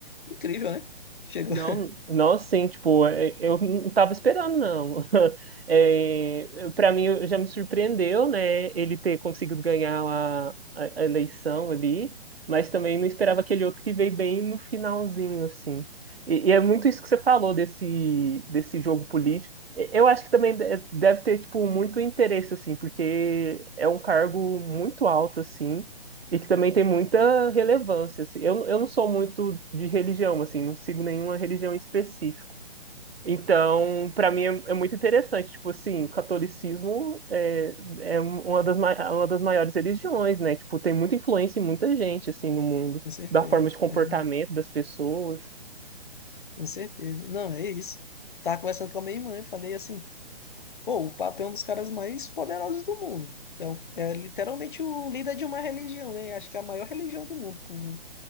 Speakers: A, on the left; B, on the right.
A: incrível, né? Chegou,
B: Não,
A: <laughs>
B: não assim, tipo, é, eu não tava esperando, não. <laughs> É, para mim, eu- já me surpreendeu, né, ele ter conseguido ganhar a, a- a eleição ali, mas também não esperava aquele outro que veio bem no finalzinho, assim. E, e é muito isso que você falou desse, desse jogo político. E- Eu acho que também de- deve ter, tipo, muito interesse, assim, porque é um cargo muito alto, assim, e que também tem muita relevância, assim. Eu, eu não sou muito de religião, assim, não sigo nenhuma religião específica. Então, para mim é, é muito interessante, tipo assim, o catolicismo é, é um, uma das, mai- uma das maiores religiões, né? Tipo, tem muita influência em muita gente, assim, no mundo,
A: com certeza.
B: da forma de comportamento
A: é,
B: das pessoas.
A: com certeza. Não, é isso. Tava conversando com a minha irmã e falei assim: pô, o Papa é um dos caras mais poderosos do mundo. que É, o- é literalmente o líder de uma religião, né? Acho que é a maior religião do mundo, como,